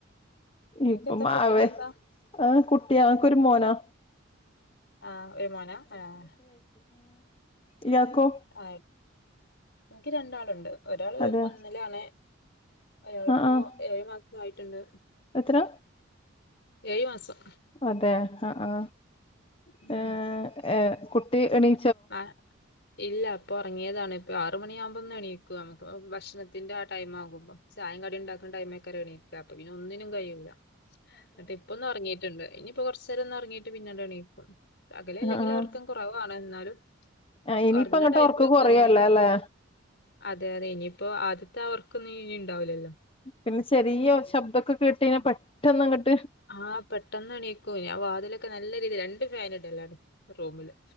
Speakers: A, on the left; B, on the left.
A: നിങ്ങക്ക്
B: ഇപ്പൊ
A: എന്താ
B: മാവേ
A: ഫുഡിന് എന്താ
B: ആ കുട്ടിയ എനക്കൊരു മോനാ
A: ആഹ് ഒരു മോനാ ആഹ്
B: ഇയാൾക്ക്കോ
A: ആഹ് എനിക്ക് രണ്ടാളുണ്ട് ഒരാള്
B: അതെ
A: ഒന്നിലാണ് ഒരാളിപ്പോ
B: ആഹ് ആഹ്
A: ഏഴ് മാസം ആയിട്ടുണ്ട്
B: എത്ര
A: ഏഴു മാസം
B: അതെ ആ ആ
A: ഉം
B: ഏ ഏ കുട്ടി എണീ
A: ആഹ് ഇല്ല അപ്പൊ ഉറങ്ങിയതാണ് ഇപ്പൊ ആറു മണിയാകുമ്പോന്ന് എണീക്കുക നമ്മക്ക് ഭക്ഷണത്തിന്റെ ആ ടൈംമാകുമ്പോ ചായം കടി ഉണ്ടാക്കുന്ന ടൈമ ആയിക്കാരും എണീക്കുക അപ്പൊങ്കി ഇനി ഒന്നിനും കഴിയൂല്ല അതെ ഇപ്പന്നും ഉറങ്ങിട്ടുണ്ട് ഇനിയിപ്പ കൊറച്ച് നേരം ഒന്ന് ഉറങ്ങിട്ട് പിന്നീടെണീക്കും പകൽ അല്ലെങ്കിൽ
B: ആഹ്
A: ഉർക്കം കുറവാ എന്നാലും
B: ആഹ് ഇനിയിപ്പ
A: ഉറങ്ങണ
B: അങ്ങട്ട്
A: ടൈമിലൊക്കെ
B: ഒർക്ക് കൊറയല്ലേ
A: ഇങ്ങനെടുക്കും
B: അല്ലെ
A: അതെ അതെ ഇനിപ്പോ അത് ഉറക്കൊന്നും ഇനി ഇണ്ടാവില്ലല്ലോ
B: പിന്നെ ചെറിയ ശബ്ദൊക്കെ കേട്ടഴ്ഞ്ഞ പെട്ടെന്ന്ട്ങ്ങട്ട്
A: ആഹ പെട്ടെന്ന് എണീക്കൂ ഞാൻ വാതിലൊക്കെ നല്ല രണ്ട് ഫാൻ ഇടെല്ലാണ് റൂമില്